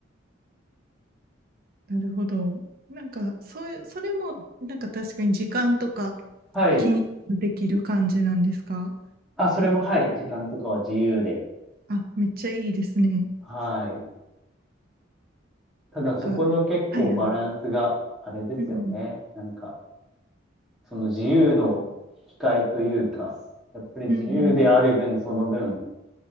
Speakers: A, on the right; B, in the centre.
A: なるほど。なんか、そういう、それも、なんか確かに時間とか
B: はい。
A: 気にできる感じなんですか
B: あ、それも、はい。時間とかは自由で。
A: あ、めっちゃいいですね。
B: はい。ただそこの結構バランスがあれですよね。
A: なんか、はいはい。うん、
B: なんか、その自由の引き換えというか、やっぱり自由である分、
A: うん、うん。
B: その分、